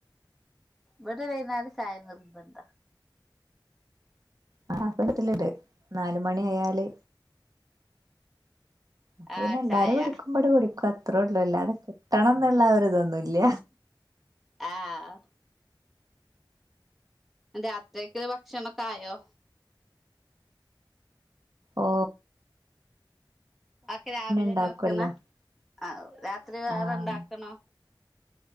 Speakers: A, in the centre; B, on the right.
A: ഇവിടെ വൈകുനേരം ചായ നിർബന്ധ
B: ആ ആസബത്തിൽിണ്ട് നാല മണി ആയാല് അപ്പ
A: ആ
B: പിന്നെ എല്ലാരും
A: ചായ
B: കുടിക്കുമ്പോടെ കുടിക്കും റോഡ എല്ലാതൊക്കെ തണെന്നള്ള ഒരുര ഇതൊന്നുമല്ല
A: ആഹ് അ അത്രക്ക ക്ഷമക്കായോ
B: ഓ
A: ഒക്കെ രാവിലെന്നെ
B: ഇണ്ടാക്കുവല്ലോ
A: വെക്കുന്ന ആ രാത്രി വേറെ
B: ആഹ്
A: ഇണ്ടാക്കണോ